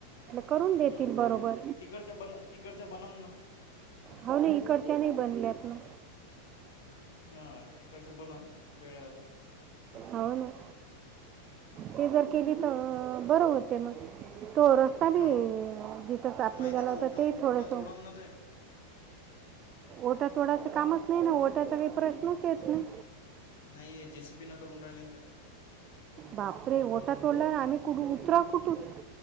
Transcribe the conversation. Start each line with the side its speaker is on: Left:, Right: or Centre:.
Right: करून देतील
Left: हा
Right: बरोबर
Left: हा तिकडच्या बनन तिकडच्या बनन ना.
Right: हो ना इकडच्या नाही बनल्यात ना.
Left: हा तिकडच्या बनन वेळ आहे अजून.
Right: होव ना. ते जर केली तर बरं होते मग तेवढं. ताी
Left: हो
Right: जिथं साप
Left: पण माहित
Right: निघाला
Left: आहे का
Right: होत
Left: ओटा
Right: ते थोडस
Left: ओटा तोडन ना ते.
Right: ओटा तोडायचं काम नाही ना ओट्याचा प्रश्नच येत नाही.
Left: नाही जे सी पी न करून राहिले ते.
Right: बापरे ओठा तोडला आम्ही कुठ उतरा कुठनं.